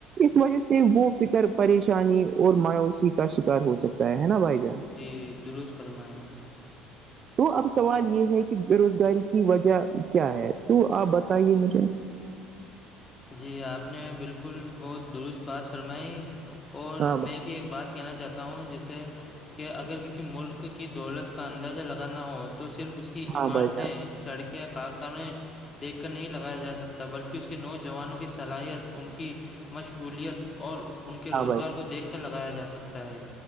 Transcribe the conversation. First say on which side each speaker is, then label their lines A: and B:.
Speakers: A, on the right; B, on the left.
A: اس وجہ سے وہ فکر پریشانی اور مایوسی کا شکار ہو سکتا ہے نا بھائی جان
B: جی درست فرمایا
A: تو اب سوال یہ ہے کہ بے روزگاری کی وجہ کیا ہے تو آپ بتائیے مجھے
B: جی آپ نے بالکل بہت درست بات فرمائی اور
A: ہاں
B: میں
A: بھائی
B: ایک بات کہنا چاہتا ہوں جس سے کہ اگر کسی ملک کی دولت کا اندازہ لگانا ہو تو صرف اس کی عمارتیں
A: ہاں بھائی جان
B: سڑکیں کارخانے دیکھ کر نہیں لگایا جا سکتا بلکہ اس کی نوج جوانوں کی صلاحیت ان کی مشغولیت اور ان کے روزگار
A: ہاں بھائی
B: کو دیکھ کر لگایا جا سکتا ہے